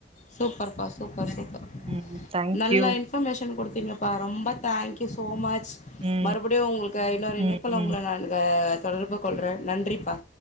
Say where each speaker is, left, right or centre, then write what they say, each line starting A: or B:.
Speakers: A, on the left; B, on the right.
A: சூப்பர் பா சூப்பர் சூப்பர்
B: ம் தேங்க்யூ
A: நல்ல இன்பர்மேஷன் குடுத்தீங்க ப்ப ரொம்ப தேங்க்யூ சோமச்
B: ம்
A: மறுபடியு உங்களுக்கு இன்னொரு இணைப்புல
B: ம் ம்
A: உங்கள நா அ தொடர்பு கொள்ற நன்றிப்பா